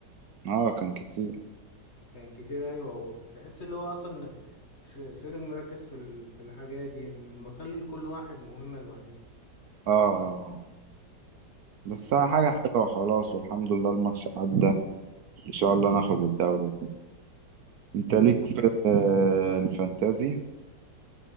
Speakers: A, on the right; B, on the left.
A: اه كان كتير
B: كان كتير ايوه هو تحس اللي هو اصلا في فيلم مركز في ال- في الحاجة دي مخلي كل واحد مهمة لوحده
A: اه آه، آه. بس
B: طبعاً
A: حاجة حلوة خلاص والحمد لله الماتش عدى ان شاء الله ناخد الدوري وكده انت
B: ان شاء
A: ليك في آه، الفانتازي